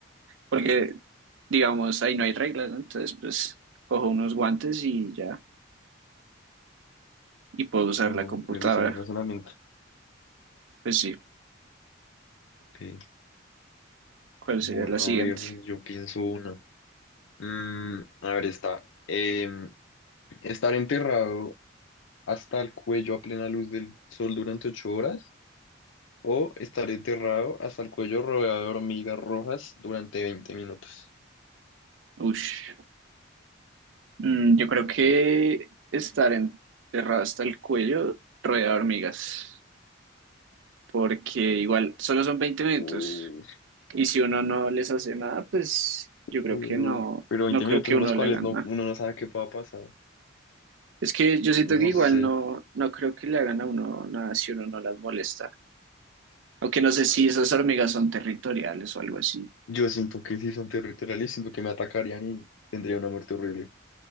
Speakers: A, on the right; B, on the left.
A: porque digamos ahí no hay reglas, ¿no? Entonces pues cojo unos guantes y ya, y puedo usar
B: Oh,
A: la computadora.
B: me gusta ese razonamiento.
A: Pues sí,
B: Ok.
A: ¿cuál
B: Bueno,
A: sería la siguiente?
B: a ver, yo pienso una. Mm, a ver, está. em, estar enterrado hasta el cuello a plena luz del sol durante ocho horas o estar enterrado hasta el cuello rodeado de hormigas rojas durante 20 minutos.
A: Ush. Mm, yo creo que estar enterrado hasta el cuello rodeado de hormigas, porque igual solo son veinte minutos
B: Uy,
A: y si uno no les hace nada, pues yo creo
B: pero,
A: que no,
B: pero 20
A: no creo
B: minutos
A: que
B: en
A: uno
B: los cuales
A: le hagan
B: no,
A: nada.
B: uno no sabe qué pueda pasar.
A: Es que yo siento
B: No
A: que igual
B: sé.
A: no, no creo que le hagan a uno nada si uno no las molesta. Aunque no sé si esas hormigas son territoriales o algo así.
B: Yo siento que si son territoriales, siento que me atacarían y tendría una muerte horrible.